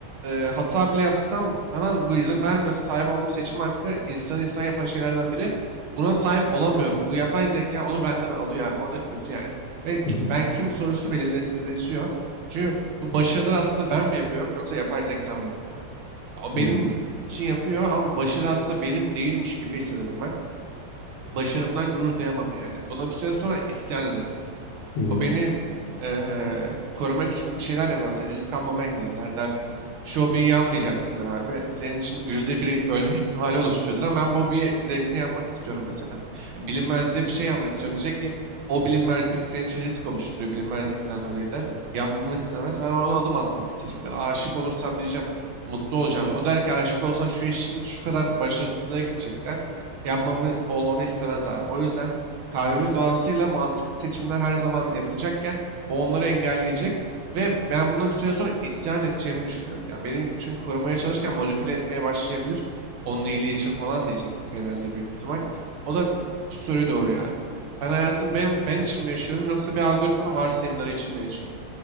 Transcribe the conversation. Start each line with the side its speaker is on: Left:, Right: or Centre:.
Right: e, hata bile yapsam bana bu izin vermiyorsa sahip olduğum seçim hakkı insanı insan yapan şeylerden biri. Buna sahip olamıyorum. Bu yapay zeka onu benden alıyor abi. O da kötü yani. Ve ki-
Left: hı hı
Right: ben kim sorusu belirsizleşiyor. Çünkü bu başarıları aslında ben mi yapıyorum yoksa yapay zeka mı yapıyor? Yani? Ya O
Left: hı
Right: benim için yapıyor ama başarı aslında benim değilmiş gibi hissederim ben. Başarımdan gurur duyamam yani. Buna bir süre sonra isyan ederim.
Left: hı.
Right: O beni eee, korumak için bir şeyler yapar. Mesela risk almamı engeller der. Şu hobiyi yanmayacaksındır abi. Senin için yüzde biri ölme <laughs> ihtimali oluşturuyordur ama ben bu hobiyi zevkine yanmak istiyorum mesela. Yani Bilinmezliğe bir şey yanmak istiyorum diyecek ki o bilinmezlik senin için risk oluşturuyor bilinmezlikten dolayı der. Yanmamı istemez. Ben ona adım atmak isteyeceğim. Ya da aşık olursam diyeceğim mutlu olacağım. O der ki aşık olsan şu işin şu kadar başarısızlığa gidecekler. Yapmamı olmamı istemez abi. O yüzden Kalbimin doğasıyla mantıksız seçimler her zaman yapılacakken bu onları engelleyecek ve ben bundan bir süre sonra isyan edeceğimi düşünüyorum. Ya beni çünkü korumaya çalışırken manipüle etmeye başlayabilir. Onun iyiliği için falan diyecek bu genelde büyük ihtimal. O da şu soruyu doğuruyor abi. Ben hayatım ben, ben için mi yaşıyorum yoksa bir algoritmanın varsayımları için mi yaşıyorum?